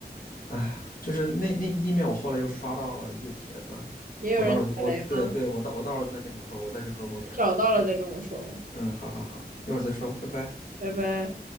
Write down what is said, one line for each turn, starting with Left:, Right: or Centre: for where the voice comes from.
Left: 哎，就是那那个意面，我后来又刷到了一个帖子，
Right: 也有人踩雷吗？
Left: 我到时候我对对我到我到时候再跟你说，我再去喝口水。
Right: 你找到了再跟我说吧，
Left: 行，嗯，好好好，一会儿再说，拜拜。
Right: 拜拜。